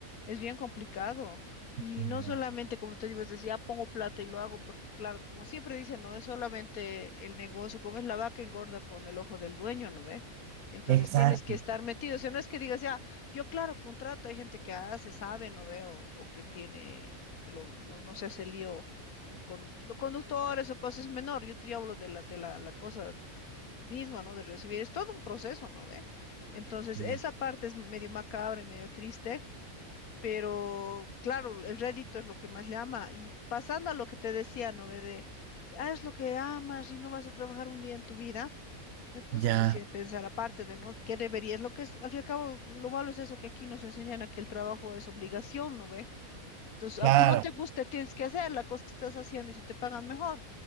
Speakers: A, on the left; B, on the right.
A: Es bien complicado. Y
B: Mm,
A: no solamente, como te digo, es decir, ya pongo plata y lo hago, porque claro, como siempre dicen, no es solamente el negocio, como es la vaca engorda con el ojo del dueño, ¿no ve? Entonces
B: Exacto.
A: tienes que estar metido. O sea, no es que digas, ya, yo claro, contrato, hay gente que hace, sabe, ¿no ve? O, o que tiene, o que lo, no, no se hace lío de con, los conductores o cosas es menor, yo te hablo de la, de la, la cosa misma, ¿no? De recibir, es todo un proceso, ¿no ve? Entonces,
B: Ye-
A: esa parte es medio macabra y medio triste, pero claro, el rédito es lo que más llama. Y pasando a lo que te decía, ¿no ve? De, haz lo que amas y no vas a trabajar un día en tu vida. Me puse
B: Ya,
A: pues, así a pensar, aparte de, ¿no? ¿Qué deberías? Lo que es, al fin y al cabo, lo malo es eso que aquí nos enseñan a que el trabajo es obligación, ¿no ve? Entonces,
B: Claro,
A: aunque no te guste, tienes que hacer la cosa que estás haciendo y si te pagan mejor.